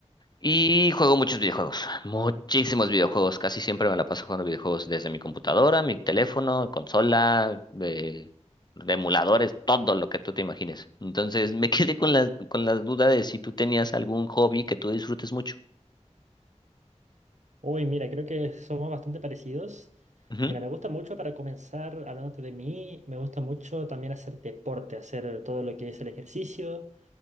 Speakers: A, on the left; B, on the right.
A: Y juego muchos videojuegos, muchísimos videojuegos, casi siempre me la paso jugando videojuegos desde mi computadora, mi teléfono, consola, eh, emuladores, todo lo que tú te imagines. Entonces me <laughs> quedé con la, con la duda de si tú tenías algún hobby que tú disfrutes mucho.
B: Uy, mira, creo que somos bastante parecidos.
A: Ujú,
B: Mira, me gusta mucho para comenzar hablándote de mí, me gusta mucho también hacer deporte, hacer todo lo que es el ejercicio.